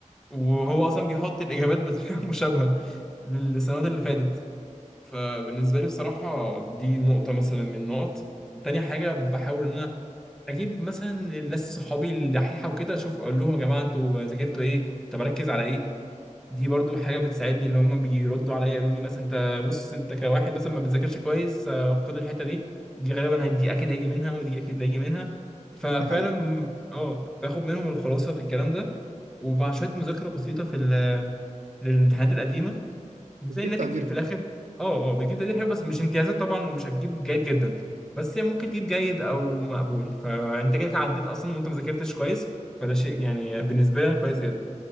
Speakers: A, in the centre; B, on the right.
A: وهو
B: آه.
A: اصلا بيحط الاجابات بطريقه <laughs> مشابهه للسنوات اللي فاتت فبالنسبه لي بصراحه دي نقطه مثلا من النقط تاني حاجه بحاول ان انا اجيب مثلا الناس صحابي الدحيحه وكده اشوف اقول لهم يا جماعه انتوا ذاكرتوا ايه طب اركز على ايه دي برضو حاجة بتساعدني اللي هما بيردوا عليا يقولوا لي مثلا انت بص انت كواحد مثلا ما بتذاكرش كويس آه، خد الحتة دي دي غالبا هي- دي اكيد هيجي منها ودي اكيد هيجي منها ففعلا
B: دي حقيقة
A: اه باخد منهم الخلاصة في الكلام ده ومع شوية مذاكرة بسيطة في ال- للامتحانات القديمة بتلاقي
B: وتجيب
A: الناتج
B: تقدير كمان
A: في الاخر اه اه بتجيب تقدير حلو بس مش امتيازات طبعا ومش هتجيب جيد جدا بس هي ممكن تجيب جيد او مقبول فانت كده عديت اصلا وانت ما ذاكرتش كويس فده شيء يعني بالنسبة لي انا كويس جدا